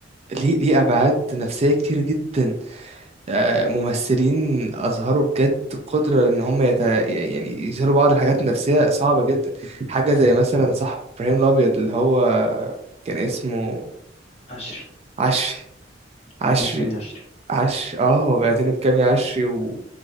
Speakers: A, on the right (about 35°); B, on the left (about 35°).
A: ليه ليه ابعاد نفسيه كتير جدا آه، ممثلين اظهروا بجد قدره ان هم يت... يعني يظهروا بعض الحاجات النفسيه صعبه جدا حاجه زي مثلا صاحب ابراهيم الابيض اللي هو كان اسمه
B: عشري
A: عشري عشري
B: اديتني بكام يا عشري
A: عش اه بعتني بكام يا عشري و...